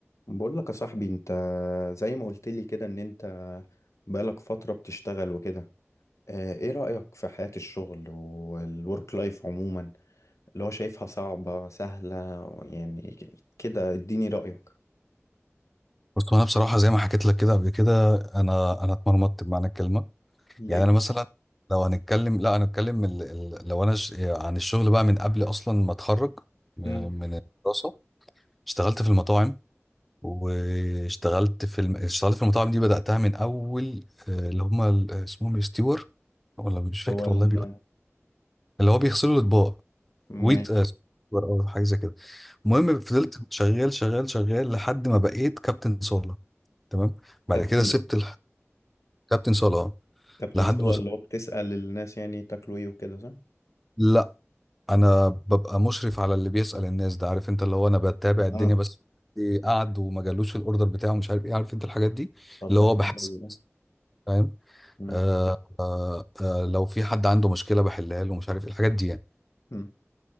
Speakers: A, on the left; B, in the centre.
A: بقول لك يا صاحبي انت زي ما قلت لي كده ان انت بقالك فترة بتشتغل وكده اه، ايه رأيك في حياة الشغل والورك لايف عموما اللي هو شايفها صعبة سهلة يعني كده اديني رأيك
B: بص هو انا بصراحه زي ما حكيت لك كده قبل كده انا انا اتمرمطت بمعنى الكلمه
A: ليه
B: يعني
A: كده
B: انا مثلا لو هنتكلم لا هنتكلم ال... ال... لو انا ش... عن الشغل بقى من قبل اصلا ما اتخرج م-
A: مم.
B: من الدراسه اشتغلت في المطاعم واشتغلت في الم... اشتغلت في المطاعم دي بداتها من اول آه، اللي هم ال- اسمهم ستيور ولا مش فاكر
A: هو ال-
B: والله بيبقى اللي هو بيغسلوا الاطباق ويت
A: ماشي.
B: آه، ستيور او حاجه زي كده المهم فضلت شغال شغال شغال لحد ما بقيت كابتن صاله تمام بعد
A: كابتن
B: كده سبت كابتن صلاة
A: كابتن
B: لحد
A: صلاح
B: ما وص-
A: اللي هو بتسأل الناس يعني تاكلوا ايه وكده صح؟
B: لا انا ببقى مشرف على اللي بيسأل الناس ده عارف انت اللي هو انا بتابع
A: اه
B: الدنيا بس إيه قعد وما جالوش الاوردر بتاعه مش عارف ايه عارف انت الحاجات دي
A: طب
B: اللي
A: ده
B: هو
A: حلو
B: بحس
A: أوي ده
B: فاهم
A: مم.
B: آه آه آه لو في حد عنده مشكلة بحلها له مش عارف ايه الحاجات دي يعني
A: مم.